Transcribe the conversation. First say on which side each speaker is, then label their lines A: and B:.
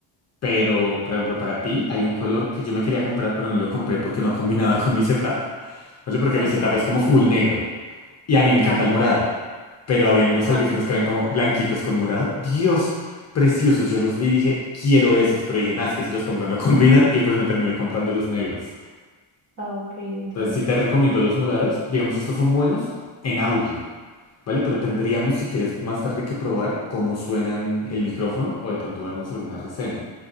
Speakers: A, on the left; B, on the right.
A: Pero, por ejemplo, para ti hay un color que yo me quería comprar, pero no lo compré porque no combinaba <laughs> con mi setup. no sé Porque
B: ok,
A: mi setup es como full negro. Y a mí me encanta
B: dale.
A: el morado. Pero habían unos
B: Ajá.
A: audífonos que eran como blanquitos con morado. Dios, preciosos. Yo los vi y dije, quiero esos. Pero dije, nah, es que si los compro no <laughs> combinan. Y pues me terminé comprando los negros.
B: Ah, ok, entiendo.
A: Entonces sí te recomiendo los morados. Digamos, estos son buenos en audio. ¿Vale? Pero tendríamos, si quieres, más tarde que probar cómo suenan el micrófono o de pronto vernos alguna reseña.